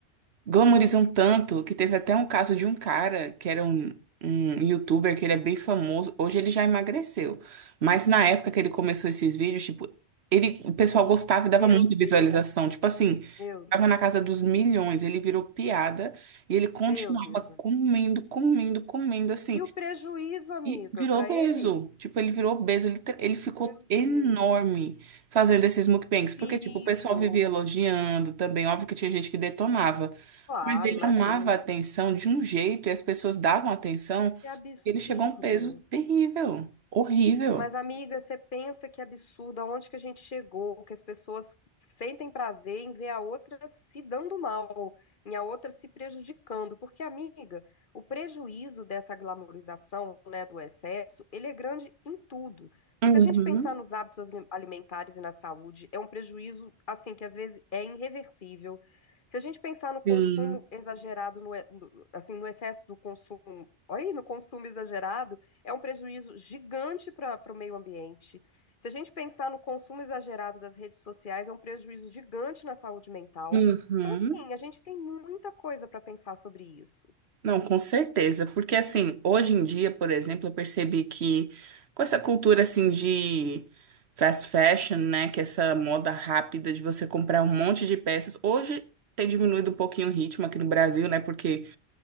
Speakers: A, on the right; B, on the left.
A: glamorizam tanto que teve até um caso de um cara que era um, um youtuber que ele é bem famoso. Hoje ele já emagreceu. Mas na época que ele começou esses vídeos, tipo, ele, o pessoal gostava e dava
B: meu
A: muita visualização.
B: Deus,
A: Tipo assim,
B: meu Deus,
A: tava na casa dos milhões, ele virou piada. E ele continuava
B: meu Deus, amiga.
A: comendo, comendo, comendo, assim.
B: E o prejuízo, amiga,
A: E virou
B: para
A: obeso.
B: ele?
A: Tipo, ele virou obeso. Ele, tra- ele ficou
B: Meu
A: enorme
B: Deus.
A: fazendo esses mukbangs.
B: Que
A: Porque,
B: perigo.
A: tipo, o pessoal vivia elogiando também. Óbvio que tinha gente que detonava.
B: Claro,
A: Mas ele
B: imagino.
A: amava a atenção de um jeito e as pessoas davam atenção.
B: Que absurdo.
A: E ele chegou a um peso terrível. Horrível.
B: Mas, amiga, você pensa que absurdo, aonde que a gente chegou, que as pessoas sentem prazer em ver a outra se dando mal, em a outra se prejudicando, porque, amiga, o prejuízo dessa glamorização, né, do excesso, ele é grande em tudo. Se
A: Uhum.
B: a gente pensar nos hábitos ali- alimentares e na saúde, é um prejuízo, assim, que às vezes é irreversível. Se a gente pensar no consumo
A: Sim.
B: exagerado, no, e- no- assim, no excesso do consumo, olha aí, no consumo exagerado, é um prejuízo gigante para o meio ambiente. Se a gente pensar no consumo exagerado das redes sociais, é um prejuízo gigante na saúde mental.
A: Uhum.
B: Então, assim, a gente tem muita coisa para pensar sobre isso.
A: Não, com certeza, porque assim, hoje em dia, por exemplo, eu percebi que com essa cultura assim de fast fashion, né, que é essa moda rápida de você comprar um monte de peças, hoje tem diminuído um pouquinho o ritmo aqui no Brasil, né, porque